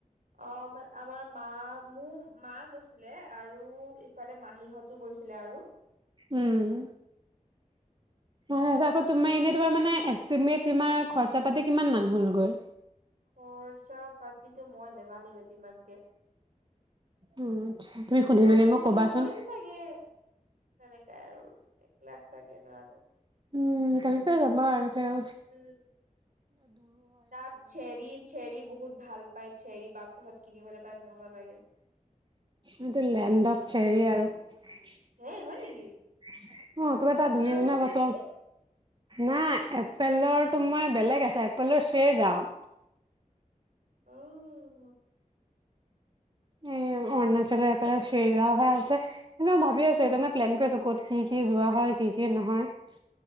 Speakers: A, on the right; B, on the right.
A: অ' মই আমাৰ মা, মোৰ মা গৈছিলে আৰু ইফালে মাহীহঁতো গৈছিলে আৰু।
B: উম, নহয় চা আকৌ তোমাৰ এনে তোমাৰ মে এষ্টিমেট তোমাৰ খৰচা পাতি কিমান মান হ'লগৈ।
A: খৰচা পাতিতো মই নেজানিম এ কিমানকে।
B: অ', আচ্ছা তুমি
A: তথাপিও
B: সুধি মেলি মোক ক'বাচোন।
A: হৈছে চাগে, তেনেকাই আৰু এক লাখ চাগে নাজানো।
B: উম, তেনেকাই যাবা আৰু ছাগে
A: উম তাত চেৰি- চেৰি বহুত ভাল পাই চেৰী বাটপথত কিনিবলৈ পাই মজা লাগে।
B: এইটো লেণ্ড অফ চেৰি আৰু। অ'
A: হে হয় নেকি
B: তোমাৰ তাত
A: এপলৰহে
B: ধুনীয়া-ধুনীয়া
A: আছিলে
B: ফটো,
A: নেকি
B: নাই এপেলৰ তোমাৰ বেলেগ আছে, এপেলৰ চেৰ গাওঁ।
A: অঁ
B: এ অৰুণাচলৰ এইফালে ছেৰগাঁওহে আছে, এনে ভাবি আছো এতিয়া ন প্লেন কৰি আছো, ক'ত কি- কি যোৱা হয় কি-কি নহয় ।